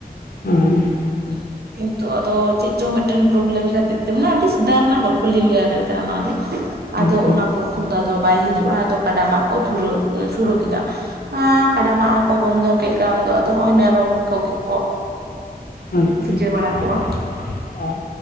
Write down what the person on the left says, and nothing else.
ᱦᱩᱸ
ᱟᱪᱪᱷᱟ
ᱟᱪᱪᱷᱟ᱾